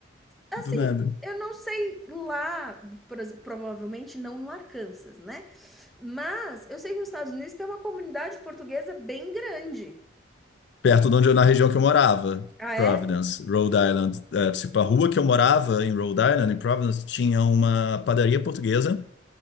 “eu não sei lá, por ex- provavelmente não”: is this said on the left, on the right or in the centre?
Centre